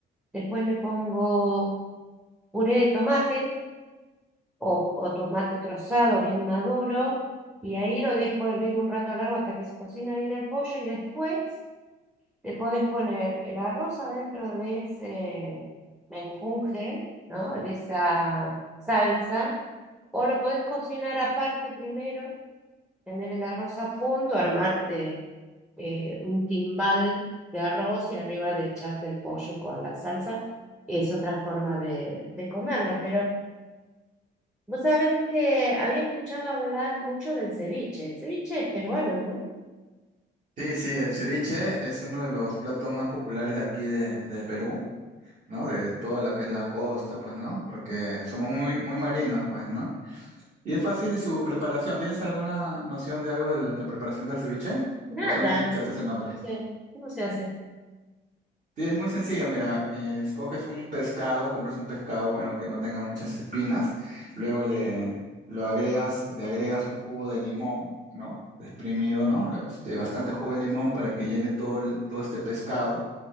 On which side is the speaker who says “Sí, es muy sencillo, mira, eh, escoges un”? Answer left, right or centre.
Right